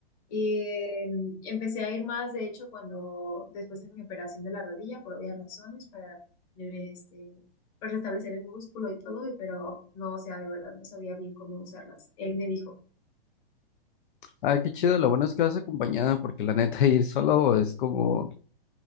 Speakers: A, on the left (about 35°); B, on the left (about 60°).
A: Y eh, empecé a ir más, de hecho, cuando después de mi operación de la rodilla, por obvias razones, para, eh, este, para restablecer el músculo y todo, y- pero no, o sea, de verdad no sabía bien cómo usarlas. Él me dijo.
B: Ay, qué chido, lo bueno es que vas acompañada porque la neta <laughs> ir solo es como,